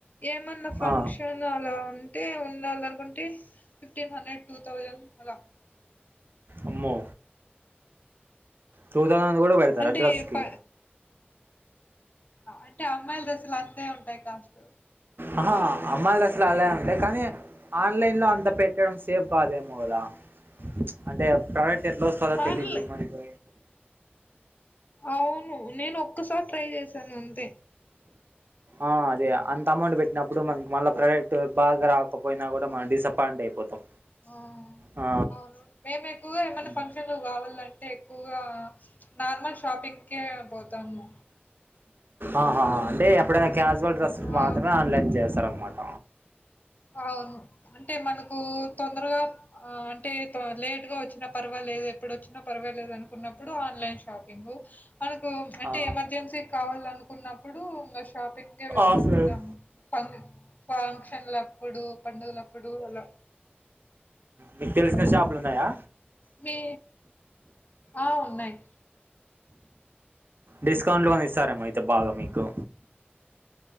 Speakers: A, on the left; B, on the right.
A: ఏమన్నా ఫంక్షన్
B: ఆ
A: అలా ఉంటే ఉండాల అనుకుంటే ఫిఫ్టీన్ హండ్రెడ్ టూ థౌజండ్ అలా
B: అమ్మో టూ థౌసండ్ కూడా పెడతారా
A: అంటే
B: డ్రస్కి
A: ఫ అంటే అమ్మాయిల డ్రెస్ లు అంతే ఉంటాయి కాస్ట్
B: ఆహా అమ్మాయిలు అసలు అలా ఉంటాయి కానీ ఆన్లైన్ లో అంత పెట్టడం సేఫ్ కాదేమో కదా అంటే ప్రోడక్ట్ ఎట్లా వస్తుందో తెలీదు
A: ఆన్లై
B: మనకి
A: అవును నేను ఒక్కసారి ట్రై చేశాను అంతే
B: ఆ అదే అంత అమౌంట్ పెట్టినప్పుడు మనకి మళ్ళా ప్రొడక్ట్ బాగా రాకపోయినా కూడా మనం డిస్ పాయింట్ అయిపోతాం
A: ఆ!
B: ఆ
A: అవును. మేము ఎటూ ఏమన్నా
B: ఉమ్.
A: ఫంక్షన్లు కావాలంటే ఎక్కువగా నార్మల్ షాపింగ్కే పోతాము
B: ఆహా హా అంటే ఎప్పుడైనా క్యాజువల్ డ్రెస్సులు
A: ఆ!
B: మాత్రమే ఆన్లైన్ చేస్తారన్నమాట
A: అవును అంటే మనకు తొందరగా ఆ అంటే లేట్ గా వచ్చినా పర్వాలేదు ఎప్పుడు వచ్చినా పర్వాలేదు అనుకున్నప్పుడు ఆన్లైన్ షాపింగు మనకి అంటే
B: ఆ,
A: ఎమర్జెన్సీ కావాలి అనుకున్నప్పుడు ఇంకా షాపింగ్ కే వెళ్తూ
B: ఆఫ్లైన్
A: ఉంటాము ఫం ఫంక్షన్లప్పుడు పండుగలప్పుడు అలా
B: మీకు తెలిసిన షాపులు ఉన్నాయా
A: మీ ఆ ఉన్నాయి
B: డిస్కౌంట్ లోని ఇస్తారేమో అయితే బాగా మీకు